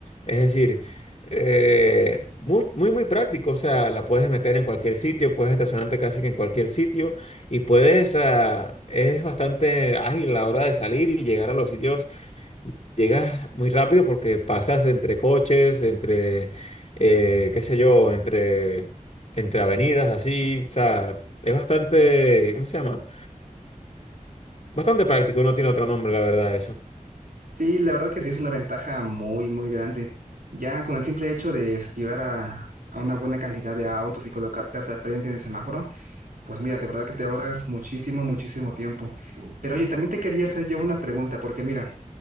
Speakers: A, on the left; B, on the right.
A: Es decir, eh, muy, muy, muy práctico. O sea, la puedes meter en cualquier sitio, puedes estacionarte casi que en cualquier sitio y puedes, ah, es bastante ágil a la hora de salir y llegar a los sitios llegas muy rápido porque pasas entre coches, entre, eh, qué sé yo, entre, entre avenidas, así, o sea, es bastante, ¿cómo se llama? Bastante práctico, no tiene otro nombre, la verdad,
B: Sí, la verdad que sí es una ventaja muy, muy grande. Ya con el simple hecho de esquivar a, a una buena cantidad de autos y colocarte hacia el frente en el semáforo, Pues mira, de verdad que te ahorras muchísimo, muchísimo tiempo. Pero oye, también te quería hacer yo una pregunta, porque mira,